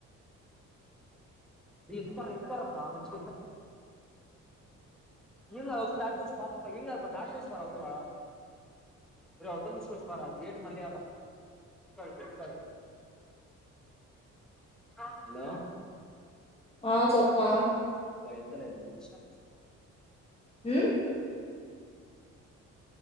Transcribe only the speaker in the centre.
ఇత్ ఇకారద మంచి ఇంగ్ అత దాట్ గుచ్చ పా పాపంగ్ అ ప దాట్ గుచ్చ బారా అవతల అత ఇచ్చ బార గేట్ మళ్ళ అ హలో
త ఎత్తలేదు చా